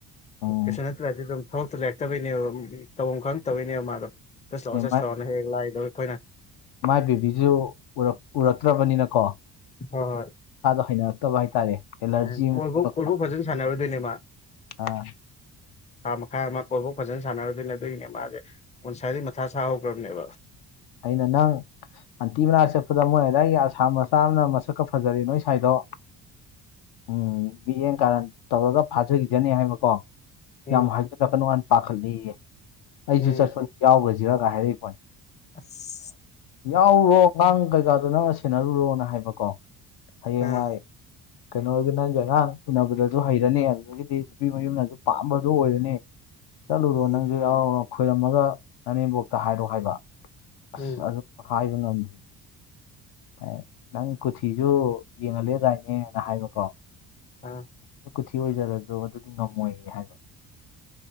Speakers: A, on the left; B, on the left.
A: ꯎꯝ
B: ꯀꯩꯁꯨ ꯅꯠꯇ꯭ꯔꯗꯤ ꯑꯗꯨꯝ <unintelligible> ꯊꯕꯛ ꯂꯩꯔꯛꯇꯕꯩꯅꯦꯕ ꯇꯧꯐꯝ ꯈꯪꯉꯛꯇꯥꯕꯩꯅꯦꯕ ꯃꯥꯗꯣ꯫ ꯆꯠꯁꯤ ꯂꯥꯎ ꯆꯠꯁꯤ
A: ꯃꯥꯏ
B: ꯂꯥꯎꯅ ꯍꯦꯛ ꯍꯦꯛ ꯂꯥꯛꯏꯗꯣ ꯑꯩꯈꯣꯏꯅ꯫
A: ꯃꯥꯏ ꯕꯦꯕꯤꯁꯨ ꯎꯔꯛꯇ꯭ꯔꯕꯅꯤꯅꯀꯣ꯫
B: ꯍꯣꯏ ꯍꯣꯏ
A: ꯃꯥꯗꯣ ꯍꯩꯅꯔꯛꯇꯕ ꯍꯥꯏꯇꯥꯔꯦ꯫ ꯑꯦꯂꯔꯖꯤ
B: ꯎꯝ
A: ꯑꯃ
B: ꯀꯣꯏꯕꯨ
A: ꯊꯣꯛꯂꯛꯄ
B: ꯀꯣꯜꯕꯨ ꯐꯖꯅ ꯁꯥꯟꯅꯔꯣꯏꯗꯣꯏꯅꯦ ꯃꯥ꯫
A: ꯑꯥ꯫
B: ꯊꯥ ꯃꯈꯥꯏ ꯑꯃ ꯀꯣꯏꯐꯥꯎ ꯐꯖꯅ ꯁꯥꯟꯅꯔꯗꯣꯏꯅꯦ ꯑꯗꯨꯒꯤꯅꯦ ꯃꯥꯁꯦ꯫ <unintelligible> ꯃꯊꯥ ꯁꯥ ꯍꯧꯈ꯭ꯔꯕꯅꯦꯕ꯫
A: ꯑꯩꯅ ꯅꯪ꯫ ꯑꯟꯇꯤ ꯃꯅꯥ ꯆꯠꯄꯗ ꯃꯣꯏ ꯑꯗꯥꯏꯒꯤ ꯑꯁꯥꯝ ꯃꯆꯥ ꯑꯃꯅ ꯃꯁꯛꯀ ꯐꯖꯔ ꯅꯣꯏ ꯁꯥꯏꯗꯣ꯫ ꯎꯝ ꯃꯤꯠꯌꯦꯡ ꯀꯥꯔꯟ ꯇꯧꯔꯒ ꯐꯥꯖꯈꯤꯒꯅꯤ ꯍꯥꯏꯕꯀꯣ꯫
B: ꯎꯝ
A: ꯌꯥꯝ ꯍꯥꯏꯖꯤꯜꯂꯛꯀ ꯅꯣ ꯄꯥꯈꯠꯂꯤꯌꯦ ꯑꯩꯁꯨ
B: ꯎꯝ
A: ꯆꯠꯄ ꯌꯥꯎꯕꯁꯤꯔꯒ ꯍꯥꯏꯔꯛꯏꯄꯣꯠꯅꯦ꯫
B: ꯑꯁ꯫
A: ꯌꯥꯎꯔꯨꯔꯣ ꯑꯉꯥꯡ ꯀꯩꯀꯥꯗꯣ ꯅꯪꯅ ꯁꯦꯟꯅꯔꯨꯔꯣꯅ ꯍꯥꯏꯕꯀꯣ ꯍꯌꯦꯡꯋꯥꯏ꯫
B: ꯑꯥ
A: <inaudible> ꯀꯩꯅꯣꯒ ꯅꯪꯒ ꯑꯉꯥꯡ ꯎꯅꯕꯗꯁꯨ ꯍꯩꯔꯅꯤ ꯑꯗꯨꯗꯒꯤꯗꯤ ꯅꯨꯄꯤ ꯃꯌꯨꯝꯅꯁꯨ ꯄꯥꯝꯕꯗꯨ ꯑꯣꯏꯔꯅꯤ꯫ ꯆꯠꯂꯨꯔꯣ
B: ꯎꯝ
A: ꯅꯪꯁꯨ ꯌꯥꯎꯔꯨꯔꯣ ꯈꯣꯏꯔꯝꯃꯒ ꯅꯅꯦꯝꯕꯣꯛꯇ ꯍꯥꯏꯔꯣ ꯍꯥꯏꯕ꯫ ꯑꯁ
B: ꯎꯝ
A: ꯑꯗꯨꯝ ꯍꯥꯏꯕ ꯉꯝꯗ꯭ꯔꯤꯌꯦ꯫ ꯑꯦ ꯅꯪ ꯀꯨꯊꯤꯁꯨ ꯌꯦꯡꯍꯜꯂꯦ ꯗꯥꯏꯅꯦꯅ ꯍꯥꯏꯕꯀꯣ
B: ꯎꯝ
A: ꯀ ꯀꯨꯊꯤ ꯑꯣꯏꯖꯔꯖꯨ ꯑꯗꯨꯗꯤ ꯉꯝꯃꯣꯏ ꯍꯥꯏꯕ